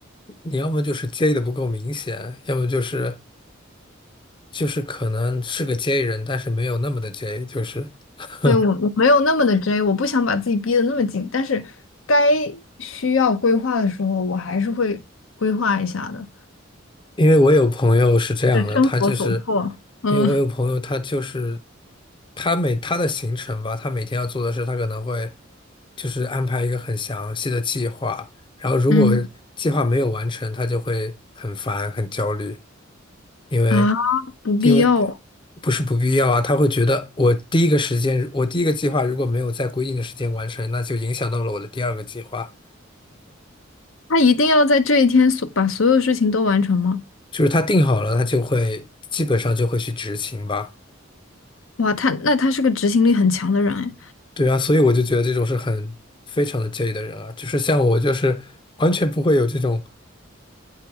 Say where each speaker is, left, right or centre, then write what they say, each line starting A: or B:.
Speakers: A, on the left; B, on the left.
A: 你要么就是介意的不够明显，要么就是就是可能是个 J 人，但是没有那么的 J，就是 <laughs>。
B: 对，我我没有那么的 J，我不想把自己逼得那么紧，但是该需要规划的时候，我还是会规划一下的。
A: 因为我有朋友是这样的，
B: 是生活所迫。
A: 他就是
B: 嗯
A: 因为我有朋友，他就是他每他的行程吧，他每天要做的事，他可能会就是安排一个很详细的计划，然后如果计划没有完成，
B: 嗯
A: 他就会很烦很焦虑，因为
B: 啊，不必要，
A: 因为不是不必要啊，他会觉得我第一个时间我第一个计划如果没有在规定的时间完成，那就影响到了我的第二个计划，
B: 他一定要在这一天所把所有事情都完成吗？
A: <laughs> 就是他定好了，他就会基本上就会去执行吧。
B: 哇，他那他是个执行力很强的人哎。
A: 对啊，所以我就觉得这种是很非常的介意的人啊，就是像我，就是完全不会有这种，